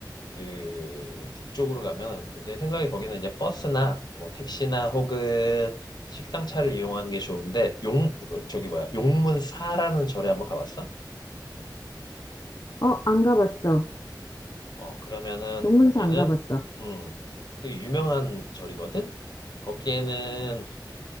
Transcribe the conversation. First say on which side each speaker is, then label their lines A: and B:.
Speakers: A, on the left; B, on the left.
A: 그 북쪽으로 가면 그 내 생각에 거기는 이제 버스나 뭐 택시나 혹은 식상차를 이용하는 게 좋은데 용 그 저기 뭐야 용문사라는 절에 한번 가봤어?
B: 어, 안 가봤어.
A: 어 그러면은
B: 용문사
A: 거기는
B: 안 가봤어.
A: 음 되게 유명한 절이거든. 거기에는